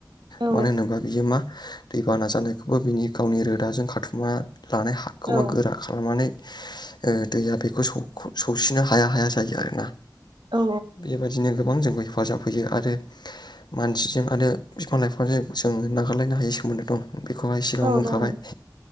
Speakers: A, on the right; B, on the left.
A: औ
B: मानो होनोबा बियो मा। दैबान नाजानायखौबो बिनि गावनि रोदाजों खाथुमना लानाय। एखौबा
A: औ
B: गोरा खालामनानै। ओ दैया बेखौ सौ सौसिनो हाया हाया जायो आरोना।
A: औ
B: बेबायदिनो गो गोबां जोंखौ हेफाजाब होयो आरो मानसिजों आरो बिफां लाइफांजों जों नागारलायनो हायै सोमोन्दो दं। बेखौहाय सिगाङाव
A: औ
B: बुंखाबाय
A: औ